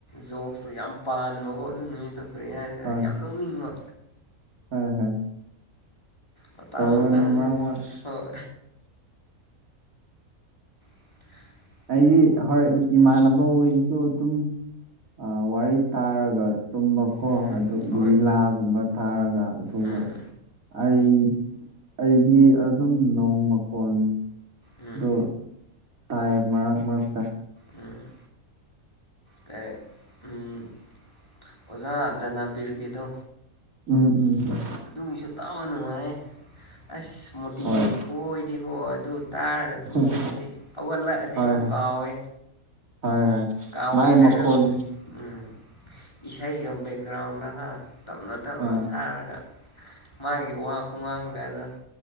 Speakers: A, on the left; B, on the right.
A: ꯖꯣꯛꯁꯇꯨ ꯌꯥꯝ ꯄꯥꯟꯕꯀꯣ ꯑꯗꯨ ꯅꯨꯃꯤꯠꯇꯨ ꯀꯔꯤ ꯍꯥꯏꯖꯤꯔ
B: ꯍꯣꯏ
A: ꯌꯥꯝ ꯅꯣꯛꯅꯤꯡꯕ
B: ꯍꯣꯏ ꯍꯣꯏ
A: ꯃꯇꯥꯡ
B: ꯇꯧꯕꯅꯦ
A: ꯃꯇꯥꯡꯅꯦ
B: ꯃꯔꯛ ꯃꯔꯛ
A: ꯍꯣꯏ <unintelligible>
B: ꯑꯩꯗꯤ ꯍꯣꯏ ꯏꯃꯥꯟꯅꯕ ꯑꯣꯏꯌꯨꯁꯨ ꯑꯗꯨꯝ ꯑꯥ ꯋꯥꯔꯤ ꯇꯥꯔꯒ ꯇꯨꯝꯕꯀꯣ
A: ꯎꯝ
B: ꯑꯗꯨ ꯔꯤꯂꯤꯂꯥꯒꯨꯝꯕ
A: ꯍꯣꯏ
B: ꯊꯥꯔꯒ ꯑꯗꯨꯒ
A: ꯎꯝ
B: ꯑꯩ ꯑꯩꯗꯤ ꯑꯗꯨꯝ ꯅꯣꯡ ꯃꯀꯣꯟ
A: ꯎꯝ
B: ꯑꯗꯣ ꯇꯥꯏꯌꯦ ꯃꯔꯛ ꯃꯔꯛꯇ
A: ꯎꯝ ꯀꯔꯤ ꯎꯝ ꯑꯣꯖꯥ ꯗꯅꯕꯤꯔꯒꯤꯗꯣ
B: ꯎꯝ ꯎꯝ
A: ꯑꯗꯨꯒꯤꯖꯨ ꯇꯥꯕ ꯅꯨꯡꯉꯥꯏꯌꯦ ꯑꯁ ꯃꯣꯇꯤꯚꯦꯠ
B: ꯍꯣꯏ
A: ꯈꯨꯑꯣꯏꯗꯤꯀꯣ ꯑꯗꯨ ꯇꯥꯔꯒ ꯇꯨꯝꯕꯁꯤꯗꯤ
B: ꯍꯣꯏ
A: ꯍꯧꯒꯠꯂꯛꯑꯗꯤ
B: ꯍꯣꯏ
A: ꯑꯃꯨꯛ ꯀꯥꯎꯋꯦ
B: ꯍꯣꯏ ꯍꯣꯏ
A: ꯀꯥꯎꯋꯦꯍꯦ
B: ꯃꯥꯏ
A: ꯍꯥꯏꯕꯕꯨꯗꯤ
B: ꯃꯈꯣꯟ
A: ꯎꯝ ꯏꯁꯩꯒ ꯕꯦꯛꯒ꯭ꯔꯥꯎꯟꯅꯥ‌‌ꯍꯥ‌ ꯇꯞꯅ ꯇꯞꯅ
B: ꯑꯥ
A: ꯊꯥꯔꯒ ꯃꯥꯒꯤ ꯋꯥ ꯈꯨꯉꯥꯡꯒꯥꯗ‌ꯣ